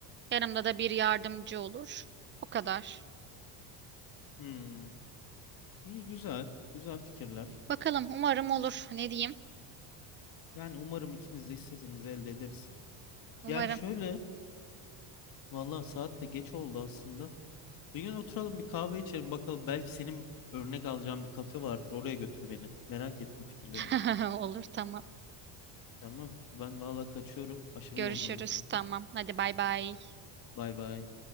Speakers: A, on the right; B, on the left.
A: yanımda da bir yardımcı olur o kadar.
B: Hmm, iyi güzel. Güzel fikirler.
A: Bakalım umarım olur ne diyeyim
B: Yani umarım ikimiz de istediğimizi elde ederiz.
A: umarım
B: Yani şöyle Vallahi saat de geç oldu aslında. Bir gün oturalım bir kahve içelim bakalım. Belki senin örnek alacağın bir kafe vardır. Oraya götür beni. Merak ettim fikirlerini.
A: <laughs> olur tamam
B: Tamam. Ben valla kaçıyorum. Aşırı
A: görüşürüz
B: yorgunum çünkü.
A: tamam hadi bay bay.
B: Bay bay.